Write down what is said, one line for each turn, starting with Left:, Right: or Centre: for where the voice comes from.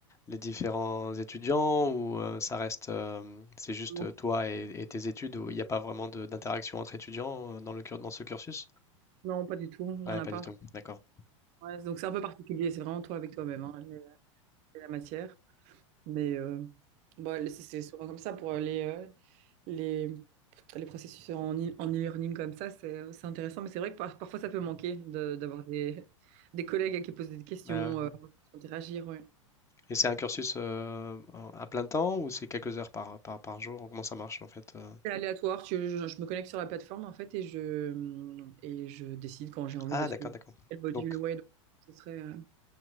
Left: les différents étudiants ou euh, ça reste, euh, c'est juste
Right: Non,
Left: toi et, et tes études où il n'y a pas vraiment de- d'interaction entre étudiants euh, dans le, cur- dans ce cursus?
Right: non, pas du tout, il n'y
Left: Ouais,
Right: en a
Left: pas
Right: pas.
Left: du tout, d'accord.
Right: Ouais, donc c'est un peu particulier, c'est vraiment toi avec toi-même, hein, la la matière. Mais euh, bah, c'est c'est souvent comme ça pour les, euh, les, les processus en e- en e-learning comme ça, c'est c'est intéressant, mais c'est vrai que par- parfois ça peut manquer de- d'avoir des, des collègues à qui posent des questions,
Left: Bah,
Right: euh,
Left: ouais.
Right: interagir, ouais.
Left: et c'est un cursus euh, en- à plein temps ou c'est quelques heures par, par, par jour? Comment ça marche en fait? euh
Right: C'est aléatoire, tu- je, je me connecte sur la plateforme en fait et je, et je décide quand j'ai envie
Left: Ah,
Right: de suivre
Left: d'accord, d'accord.
Right: quel module.
Left: Donc,
Right: Ouais, donc ce serait, euh,